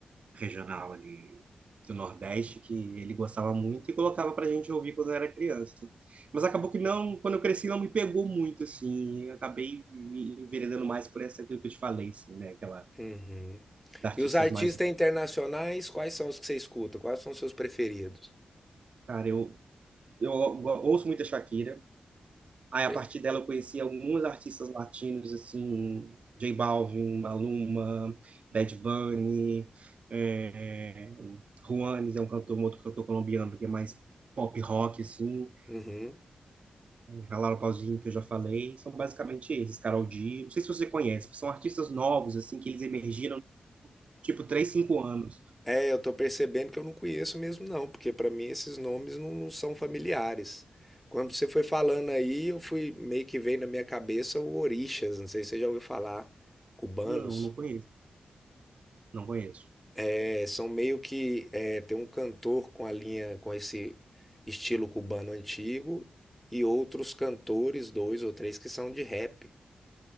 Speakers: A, on the right; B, in the centre.
A: regional ali do Nordeste que ele gostava muito e colocava pra gente ouvir quando eu era criança. Mas acabou que não, quando eu cresci não me pegou muito assim, eu acabei me enveredando mais por essa aquilo que eu te falei, assim, né, aquela
B: Uhum.
A: artistas
B: E os artistas
A: mais,
B: internacionais, quais são os que você escuta? Quais são os seus preferidos?
A: cara, eu eu ouço muita Shakira, Aí, a
B: É,
A: partir dela, eu conheci alguns artistas latinos, assim, J Balvin, Maluma, Bad Bunny, é, Juanes é um cantor, um outro cantor colombiano que é mais pop rock, assim,
B: Uhum.
A: a Laura Pausini, que eu já falei, são basicamente esses, Karol G, não sei se você conhece, são artistas novos, assim, que eles emergiram, tipo, 3 5 anos.
B: É, eu tô percebendo que eu não conheço mesmo, não, porque pra mim esses nomes não, não são familiares. Quando você foi falando aí, eu fui meio que veio na minha cabeça o Orixás, não sei se você já ouviu falar, cubanos.
A: Não, não conheço, não conheço.
B: É, são meio que é, tem um cantor com a linha, com esse estilo cubano antigo e outros cantores, dois ou três, que são de rap.